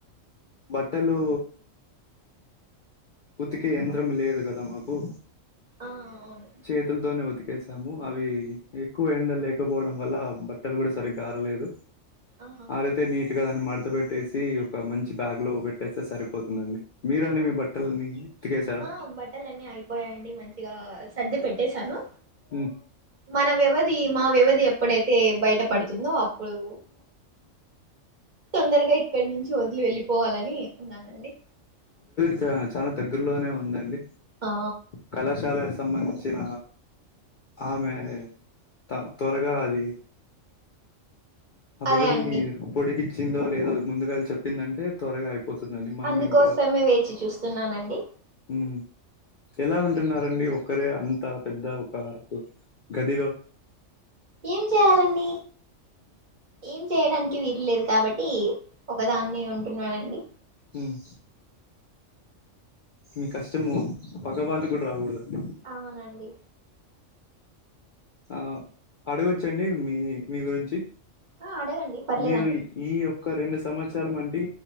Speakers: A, on the left; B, on the right.
A: బట్టలు ఉతికే యంత్రం లేదు కదా మాకు
B: ఆ అవును
A: చేతుల్తోనే ఉతికేసాము అవి ఎక్కువ ఎండ లేకపోవడం వల్ల బట్టలు కూడా సరిగ్గా అర్ లేదు
B: ఆహా
A: ఆరైతే నీట్గా దాన్ని మడత పెట్టేసి ఒక మంచి బ్యాగ్ లో పెట్టేస్తే సరిపోతుందండి మీరు అండి
B: ఆవ్
A: మీ బట్టలని ఉతికేసారా
B: ఆ బట్టలన్నీ అయిపోయయండి మంచిగా సర్ది పెట్టే సను
A: మ్
B: మన వ్యవధి మా వ్యవధి ఎప్పుడైతే బయట పడుతుందో అప్పుడు తొందరగా ఇక్కడి నుంచి వదిలి వెళ్ళిపోవాలని ఉన్నానండి
A: చ చాలా దగ్గరలోనే ఉందండి
B: ఆ
A: కళాశాల సంబంించిన ఆమె త త్వరగా అది అ
B: అదే
A: వ్యవదిని
B: అండి
A: పొడికిచ్చిందో లేదా ముందుగాల చెప్పిందంటే త్వరగా అయిపో పోతుందండి మనం
B: అందుకోసమే
A: ఇంకా
B: వేచి చూస్తున్నానండి
A: మ్ ఎలా ఉంటున్నరండి ఒక్కరే అంత పెద్ద ఒక గదిలో
B: ఏం చేయాలండి ఏం చేయడానికి వీలు లేదు కాబట్టి ఒకదాన్ని ఉంటున్నానండి
A: ఉమ్, మీ కష్టము పగ వాళ్ళకి కూడా రాకూడదండి
B: అవునండి
A: ఆ అడగొచ్చండి మీ మీ గురించి
B: ఆ అడగండి పర్లేదండి
A: మీరు ఈ ఓ ఒక రెండు సంవత్సరాల మంటి